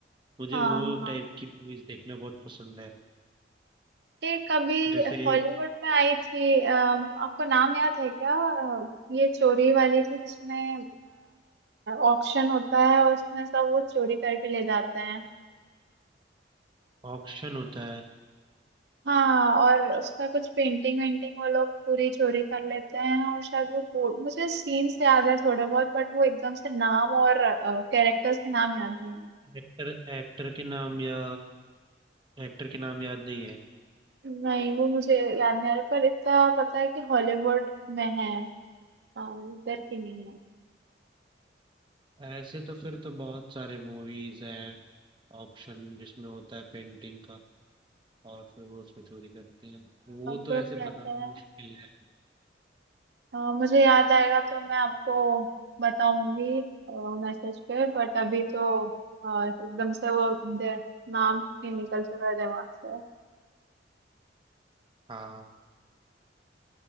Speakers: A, on the right; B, on the right.
A: मुझे
B: हाँ
A: वो
B: हाँ
A: टाइप की मूवीज देखना बहुत पसंद है
B: एक अभी
A: जैसे
B: हॉलीवुड
A: एक
B: में आई थी अ, आपको नाम याद है क्या अ, ये चोरी वाली थी जिसमें ऑक्शन होता है और उसमें सब वो चोरी करके ले जाते हैं
A: ऑक्शन होता है
B: हाँ और उसका कुछ पेंटिंग वेंटिंग वो लोग पूरी चोरी कर लेते हैं और शायद वो बोर्ड मुझे सीन्स याद है थोड़े बहुत बट वो एकदम से नाम और कैरेक्टर्स के नाम याद नहीं आ
A: एक्टर एक्टर के नाम या एक्टर के नाम याद नहीं है
B: रहे नहीं वो मुझे याद नहीं आ रहा पर इतना पता है कि हॉलीवुड में है अ, इधर की नहीं है
A: ऐसे तो फिर तो बहुत सारे मूवीज हैं ऑक्शन जिसमें होता है पेंटिंग का और फिर वो उसको चोरी करते हैं वो तो
B: ग्रुप
A: ऐसे
B: रहता
A: बताना
B: है
A: मुश्किल है
B: अ, मुझे याद आएगा तो मैं आपको बताऊंगी मैसेज पे बट अभी तो अ, एकदम से वो दे- नाम ही निकल चुका है दिमाग से
A: हाँ